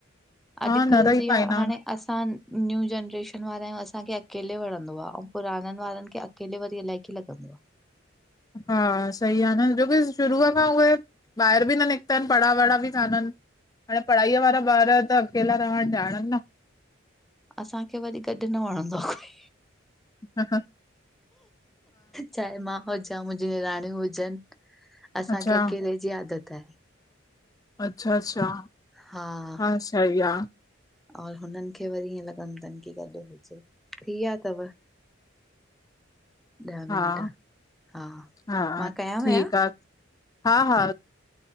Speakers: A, on the left; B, in the centre.
A: हा
B: अॼुकल्ह
A: न रही
B: जीअं
A: पाईंदा
B: हाणे असां न्यू जनरेशन वारा आहियूं असांखे अकेले वणंदो आ, अंउं पुराणनि वारनि खे अक् अकेले वरी अलाए कीयं लॻंदो आ।
A: हा सही आ न जो की शुरू आ खां उहे ॿाहेर बि न निकता इन पढ़ा- वड़ा बि कानन हाणें पढ़ाईअ वारा ॿार त अकेला रहण ॼाणन न
B: असांखे वरी गॾु न वणंदो आ कोई
A: हा हा।
B: चाहे मां हुजां, मुंहिंजी निराणियूं हुजन असांखे
A: अच्छा
B: अकेले जी आदत आहे।
A: अच्छा -अच्छा
B: हा।
A: हा सही आ।
B: और हुनन खे वरी ईअं लॻंदो तनि की गॾु हुजे थीया तव
A: <inaudible>
B: ॾह
A: हा,
B: मिंट हा
A: हा
B: मां कयांव
A: ठीक
B: या?
A: आ। हा हा